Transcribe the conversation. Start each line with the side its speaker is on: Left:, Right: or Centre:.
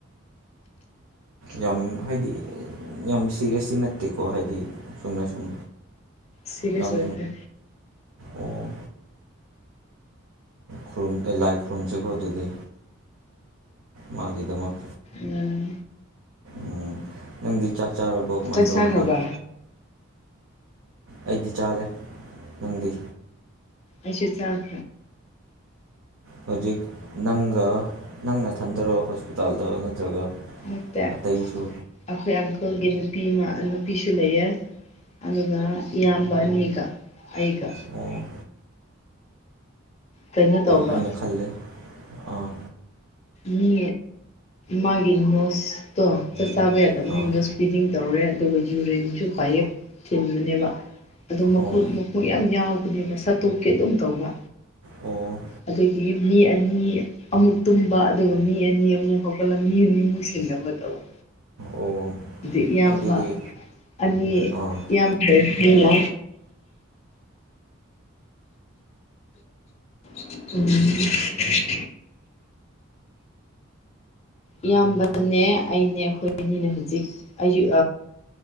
Right: ꯌꯥꯝ ꯍꯥꯏꯗꯤ ꯌꯥꯝ ꯁꯤꯔꯁꯁꯤ ꯅꯠꯇꯦꯀꯣ ꯍꯥꯏꯗꯤ ꯁꯨꯝꯅ ꯁꯨꯝ
Left: ꯁꯤꯔꯤꯌꯁ
Right: ꯌꯥꯝ
Left: ꯑꯣꯏꯈ꯭ꯔꯦ
Right: ꯑꯣ ꯈꯨꯨꯝ ꯂꯥꯏ ꯈꯨꯔꯨꯝꯁꯤꯦꯒ ꯑꯗꯨꯗꯤ ꯃꯥꯒꯤꯗꯃꯛ
Left: ꯎꯝ
Right: ꯎꯝ ꯅꯪꯗꯤ ꯆꯥꯛ ꯆꯥꯔꯕꯣ ꯀꯃꯥꯏꯅ
Left: ꯆꯥꯛ
Right: ꯇꯧꯔꯒꯦ
Left: ꯆꯥꯈ꯭ꯔꯕ
Right: ꯑꯩꯗꯤ ꯆꯥꯔꯦ ꯅꯪꯗꯤ
Left: ꯑꯁꯤꯁ ꯆꯥꯛ
Right: ꯍꯧꯖꯤꯛ ꯅꯪꯒ ꯅꯪꯅ ꯊꯟꯗꯔꯣ ꯍꯣꯁꯄꯤꯇꯥꯜꯗ ꯅꯠꯇ꯭ꯔꯒ
Left: ꯅꯠꯇ
Right: ꯑꯇꯩꯁꯨ
Left: ꯑꯩꯈꯣꯏ ꯑꯪꯀꯜꯒꯤ ꯅꯨꯄꯤ ꯑꯃ ꯅꯨꯄꯤꯁꯨ ꯂꯩꯌꯦ ꯑꯗꯨꯒ ꯏꯌꯥꯝꯕꯅꯤꯒ ꯑꯩꯒ
Right: ꯑꯣ
Left: ꯀꯩꯅꯣ ꯇꯧꯕ
Right: ꯑꯩꯅ ꯈꯜꯂꯦ ꯑꯥ
Left: ꯃꯤ ꯃꯥꯒꯤꯦ ꯅꯣꯁꯇ ꯆ ꯆꯥꯕ ꯌꯥꯗꯕꯅꯤꯅꯁꯄꯤꯗꯤꯡ
Right: ꯑꯥ
Left: ꯇꯧꯔꯦ ꯑꯗꯨꯒ ꯌꯨꯔꯤꯟꯁꯨ ꯈ꯭ꯋꯥꯏꯍꯦ ꯊꯤꯟꯕꯅꯦꯕ ꯑꯗꯨ ꯃꯈꯨꯠ
Right: ꯑꯣ
Left: ꯃꯈꯣꯡ ꯌꯥꯝ ꯌꯥꯎꯕꯅꯦꯕ ꯆꯥꯠꯇꯣꯛꯀꯤ ꯑꯗꯨꯝ ꯇꯧꯕ
Right: ꯑꯣ
Left: ꯑꯗꯒꯤ ꯃꯤ ꯑꯅꯤ ꯑꯃꯨꯛꯇꯨꯝ ꯑꯗꯨꯒ ꯃꯤ ꯑꯅꯤ ꯑꯃ ꯍꯧꯒꯠꯂꯝꯃꯤ ꯑꯅꯤꯃꯨꯛ ꯁꯤꯟꯅꯕ ꯇꯧꯋ
Right: ꯑꯣ
Left: ꯑꯗꯨꯗꯤ ꯏꯌꯥꯝꯕ
Right: ꯑꯗꯨꯗꯤ
Left: ꯑꯅꯤ
Right: ꯑꯥ
Left: ꯏꯌꯥꯝꯟ ꯍꯂ <unintelligible> ꯏꯌꯥꯝꯕꯅꯦ ꯑꯩꯅꯦ ꯑꯩꯈꯣꯏꯅꯤꯅꯦ ꯍꯧꯖꯤꯛ ꯑꯌꯨ